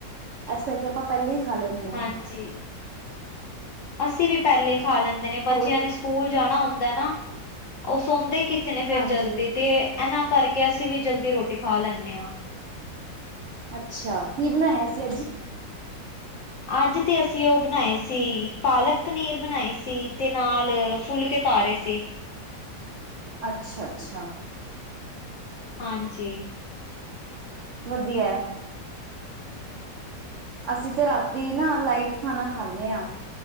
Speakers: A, on the right (about 70°); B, on the left (about 70°).
A: ਐਸ ਕਰਕੇ ਆਪਾਂ ਪਹਿਲੇ ਹੀ ਖਾ ਲੈਣੇ ਆਂ।
B: ਹਾਂਜੀ। ਅਸੀਂ ਵੀ ਪੈਲੇ ਹੀ ਖਾ ਲੈਂਦੇ ਨੇ। ਬੱਚਿਆਂ
A: ਹੋਰ
B: ਨੇ ਸਕੂਲ ਜਾਣਾ ਹੁੰਦਾ ਨਾ। ਉਹ ਸੌਂਦੇ ਕਿੱਥੇ ਨੇ ਫੇਰ
A: ਹਾਂਜੀ
B: ਜਲਦੀ ਤੇ, ਇਹਨਾਂ ਕਰਕੇ ਅਸੀਂ ਵੀ ਜਲਦੀ ਰੋਟੀ ਖਾ ਲੈਣੇ ਆਂ।
A: ਅੱਛਾ, ਕੀ ਬਣਾਇਆ ਸੀ ਅੱਜ?
B: ਅੱਜ ਤੇ ਅਸੀਂ ਓ ਬਣਾਏ ਸੀ, ਪਾਲਕ ਪਨੀਰ ਬਣਾਏ ਸੀ, ਤੇ ਨਾਲ, ਫੁਲਕੇ ਭਾਰੇ ਸੀ।
A: ਅੱਛਾ- ਅੱਛਾ-ਅੱਛਾ
B: ਹਾਂਜੀ
A: ਵਧੀਆ ਅਸੀਂ ਤੇ ਰਾਤੀ ਨਾ ਲਾਈਟ ਖਾਣਾ ਖਾਣੇ ਆਂ।